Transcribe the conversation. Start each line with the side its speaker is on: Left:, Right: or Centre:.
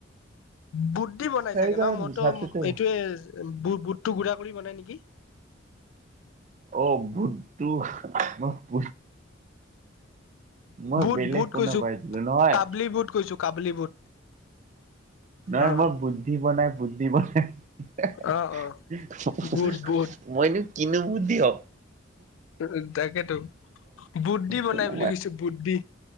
Left: বুট দি বনাই
Right: সেইকাৰণে
Left: চাগে ন মইটো
Right: ছাতটোতো
Left: এইটোয়ে বুট বুটটো গুড়া কৰি বনাই নেকি?
Right: অহ বুটটো মই ব মই
Left: বুট
Right: বেলেগ
Left: বুট
Right: শুনা
Left: কৈছো
Right: পাইছিলো, নহয়।
Left: কাবলি বুট কৈছো কাবলি বুট
Right: নাই
Left: অ
Right: মই বুদ্ধি বনাই বুদ্ধি বনাই এ হে
Left: অ অ বুট
Right: হে
Left: বুট
Right: মইনো কিনো বুদ্ধিয়ক।
Left: উ তাকেটো বুট দি বনাই
Right: শুনা
Left: বুলি কৈছোঁ বুট দি